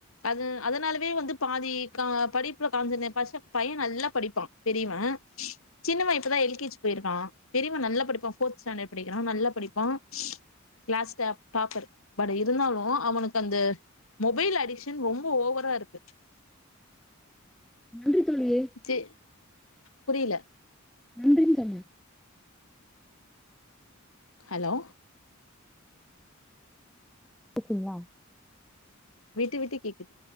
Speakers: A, on the left; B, in the centre.
A: அது அதனாலவே வந்து பாதி க படிப் பறோ காஞ்சனேட் பர்ஸ பைய நல்லா படிப்பா பெரியவ சின்னவ இப்பதா எல் கே ஜி பொயிருக்கா பெரியவ நல்ல படிப்பா ஃபோர்த் ஸ்டாண்டர்ட் படிக்கிறா நல்ல படிப்பா கிளாஸ் டாப் டாப்பர் பட் இருந்தாலு அவனுக்கு அந்த மொபைல் அடிஷன் ரொம்ப ஓவரா இருக்கு
B: நன்றி தோழியே
A: ச்சி புரியில
B: நன்றின்சொன்ன
A: ஹலோ
B: கூப்டிங்ளா
A: விட்டு விட்டு கேக்குது